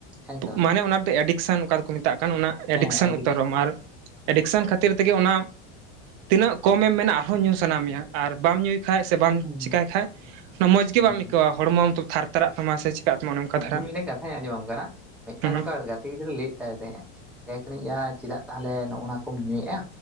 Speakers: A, in the centre; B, on the right.
A: ᱮᱠᱫᱚᱢ
B: ᱢᱟᱱᱮ
A: ᱮᱠᱫᱚᱢ
B: ᱚᱱᱟ ᱫᱚ ᱮᱰᱤ ᱮᱰᱤᱠᱥᱮᱱ ᱚᱠᱟ ᱫᱚᱠᱚ ᱢᱮᱛᱟᱜ ᱠᱟᱱ ᱚᱱᱟ ᱮᱰᱤᱠᱥᱮᱱ
A: ᱦᱮᱸ ᱟᱹᱰᱤ
B: ᱩᱛᱟᱹᱨᱚᱢ ᱟᱨ
A: ᱦᱩᱸ
B: ᱮᱰᱤᱠᱥᱮᱱ ᱠᱷᱟᱹᱛᱤᱨ ᱛᱮᱜᱮ ᱚᱱᱟ ᱛᱤᱱᱟᱹᱜ ᱠᱚᱢᱮᱢ ᱢᱮᱱᱟ ᱟᱨᱦᱚᱸ ᱧᱩ ᱥᱟᱱᱟ ᱢᱮᱭᱟ ᱟᱨ ᱵᱟᱢ ᱧᱩᱭ ᱠᱷᱟᱱ ᱥᱮ ᱵᱟᱢ
A: ᱦᱩᱸ ᱦᱩᱸ
B: ᱪᱮᱠᱟᱭ ᱠᱷᱟᱡ ᱚᱱᱟ ᱢᱚᱡᱽ ᱜᱮ ᱵᱟᱢ ᱪᱤᱠᱟᱭ ᱠᱷᱟᱡ ᱢᱚᱡ ᱜᱮ
A: ᱦᱮᱸ
B: ᱵᱟᱢ ᱟᱹᱭᱠᱟᱹᱣᱟ ᱦᱚᱲᱢᱚᱢ ᱛᱷᱟᱨ ᱛᱟᱨᱟᱜ ᱛᱟᱢᱟ ᱥᱮ ᱪᱤᱠᱟᱜ ᱛᱟᱢᱟ ᱚᱱᱮᱚᱱᱠᱟ ᱫᱷᱟᱨᱟ
A: ᱢᱤᱫᱴ ᱠᱟᱛᱷᱟᱧ ᱟᱸᱡᱚᱢ ᱠᱟᱱᱟ ᱢᱤᱫᱴᱟᱝ
B: ᱦᱩᱸ ᱦᱩᱸ
A: ᱱᱚᱝᱠᱟ ᱜᱟᱛᱮ ᱜᱤᱫᱽᱨᱟᱹ ᱞᱟᱹᱭᱮᱫ ᱛᱟᱦᱮᱸ ᱛᱟᱦᱮᱸᱼᱟ ᱼᱟ ᱪᱮᱫᱟᱜ ᱛᱟᱦᱚᱞᱮ ᱱᱚᱜᱚ ᱱᱚᱣᱟ ᱠᱚᱢ ᱧᱩᱭᱮᱫᱼᱟ